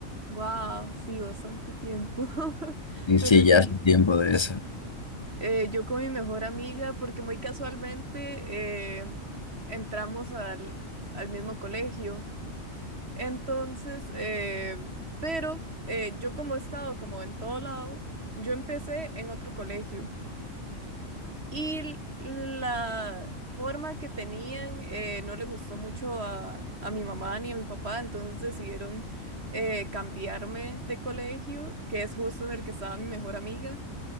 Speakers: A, on the right (about 50°); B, on the left (about 25°).
A: wow, sí, bastante tiempo. <laughs>
B: y
A: Pero
B: sí, ya
A: sí,
B: hace tiempo de eso.
A: eh, yo con mi mejor amiga, porque muy casualmente eh, entramos al, al mismo colegio. Entonces, eh, pero eh, yo como he estado como en todo lado, yo empecé en otro colegio. Y la forma que tenían eh, no le gustó mucho a, a mi mamá ni a mi papá, entonces decidieron eh, cambiarme de colegio, que es justo en el que estaba mi mejor amiga,